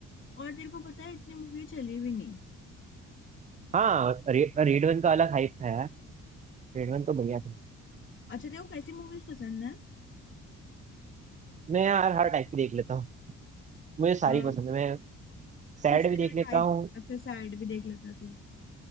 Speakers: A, on the left; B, on the right.
A: और तेरे को पता है इतनी मूवी चली भी नहीं
B: हाँ रे, रेड वन का अलग हाइप था यार रेड वन तो बढ़िया था
A: अच्छा तेरे को कैसी मूवीज पसंद है
B: मैं यार हर टाइप की देख लेता हूँ मुझे सारी
A: अ,
B: पसंद है मैं सैड
A: कुछ
B: भी
A: तेरा
B: देख लेता
A: टाइप
B: हूँ
A: अच्छा सैड भी देख लेता है तू